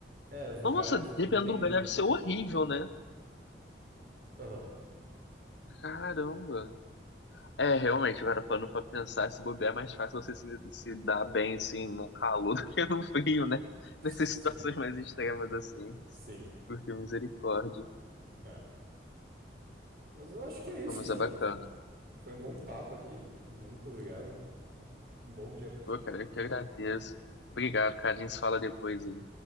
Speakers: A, on the right (about 55°); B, on the left (about 80°).
A: É, os lugares,
B: Nossa,
A: tudo
B: dependendo
A: tem
B: do lugar, deve ser
A: é escuro.
B: horrível, né?
A: Aham.
B: Caramba. É, realmente, agora parando pra pensar, se bobear é mais fácil você se, se dar bem, assim, no calor <laughs> do que no frio, né?
A: <laughs>
B: Nessas situações
A: Sim,
B: mais extremas, assim.
A: sim.
B: Porque misericórdia.
A: É. Mas eu acho que é isso,
B: Pô, mas
A: mano.
B: é bacana.
A: Foi um bom papo aqui. Muito obrigado. Um bom dia pra ti.
B: Pô, cara, eu que agradeço. Obrigado, cara. A gente se fala depois aí.